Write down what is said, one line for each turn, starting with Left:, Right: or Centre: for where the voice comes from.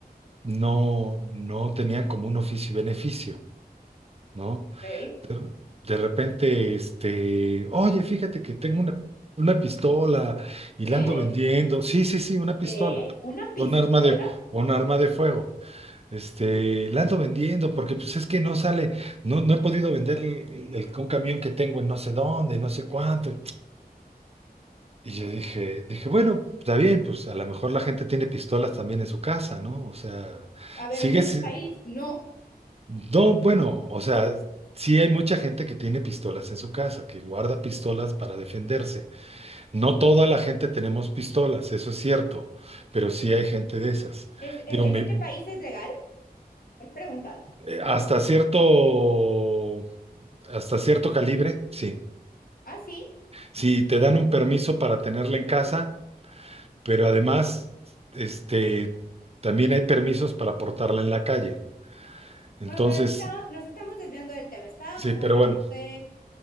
Right: no, no tenían como un oficio y beneficio, ¿no?
Left: ¿Eh?
Right: De, de repente, este, oye, fíjate que tengo una, una pistola y la
Left: ¿Eh?
Right: ando vendiendo. Sí, sí, sí, una pistola.
Left: ¿Qué? ¿Una pistola?
Right: Un arma de, un arma de fuego. Este, la ando vendiendo porque pues es que no sale, no, no he podido vender el, el- un camión que tengo en no sé dónde, no sé cuánto. Y yo dije, dije, bueno, está bien, pues a lo mejor la gente tiene pistolas también en su casa, ¿no? O sea,
Left: A ver,
Right: sigues.
Left: en este país no.
Right: No, bueno, o sea, sí hay mucha gente que tiene pistolas en su casa, que guarda pistolas para defenderse. No toda la gente tenemos pistolas, eso es cierto, pero sí hay gente de esas.
Left: Es, e-
Right: Digo,
Left: ¿en
Right: me-
Left: este país es legal? Es pregunta.
Right: eh, hasta cierto, hasta cierto calibre, sí.
Left: Ah, sí.
Right: Sí, te dan un permiso para tenerla en casa, pero además, este, también hay permisos para portarla en la calle. Entonces,
Left: Bueno, pero está- nos estamos desviando del tema. Estábamos
Right: sí, pero
Left: hablando
Right: bueno,
Left: de,